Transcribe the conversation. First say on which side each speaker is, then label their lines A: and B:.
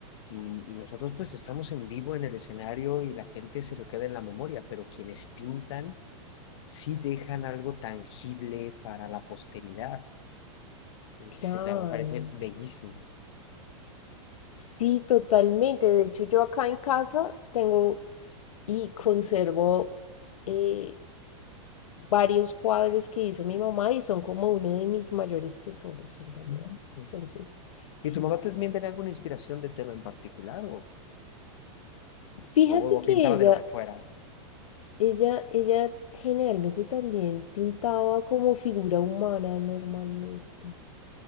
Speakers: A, on the left; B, on the left.
A: Y, y nosotros pues estamos en vivo en el escenario y la gente se lo queda en la memoria, pero quienes pintan sí dejan algo tangible para la posteridad. Es-
B: Claro,
A: a mí me parece bellísimo.
B: sí, totalmente. De hecho, yo acá en casa tengo y conservo eh, varios cuadros que hizo mi mamá y son como uno de mis mayores tesoros en realidad.
A: Mm.
B: Entonces, sí,
A: ¿Y tu mamá también tenía alguna inspiración de tema en particular o,
B: fíjate
A: o, o
B: que
A: pintaba
B: ella
A: de lo que fuera?
B: Ella, ella generalmente también pintaba como figura humana normalmente.